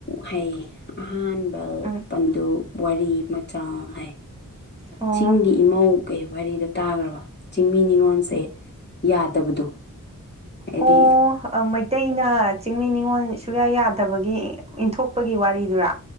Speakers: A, on the left (about 30°); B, on the right (about 20°).
A: ꯍꯥꯏꯌꯦ ꯑꯍꯥꯟ ꯜ
B: ꯎꯝ
A: ꯄꯟꯗꯨ ꯋꯥꯔꯤ ꯃꯆꯥ ꯍꯥꯏ
B: ꯑꯣ
A: ꯆꯤꯡꯒꯤ ꯏꯃꯧ ꯀꯩ ꯋꯥꯔꯤꯗꯣ ꯇꯥꯈ꯭ꯔꯕ ꯆꯤꯡꯃꯤ ꯅꯤꯉꯣꯟꯜꯁꯦ ꯌꯥꯗꯕꯗꯣ ꯍꯥꯏꯗꯤ
B: ꯑꯣ ꯑꯣ ꯑꯃꯩ ꯑꯇꯩꯩꯅ ꯆꯤꯡꯃꯤ ꯅꯤꯉꯣꯜ ꯁꯨꯌꯥ ꯌꯥꯗꯕꯒꯤ ꯏꯟꯊꯣꯛꯄꯒꯤ ꯋꯥꯔꯤꯗꯨꯔꯥ